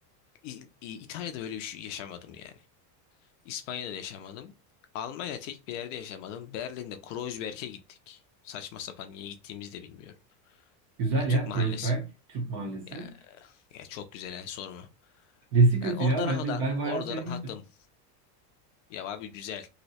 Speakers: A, on the left; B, on the right.
A: İ- İ- İtalya'da böyle bir şey yaşamadım yani. İspanya'da da yaşamadım. Almanya'da tek bir yerde yaşamadım. Berlin'de Kreuzberg'e gittik. Saçma sapan niye gittiğimizi de bilmiyorum.
B: Güzel
A: Ya Türk
B: ya
A: mahallesi.
B: Kreuzberg Türk Mahallesi.
A: Ya, ya çok güzel yani sorma.
B: Nesi kötü
A: Yani orada
B: ya bence
A: rahat,
B: ben
A: orada
B: bayağı sevmiştim.
A: rahattım. Ya abi güzel.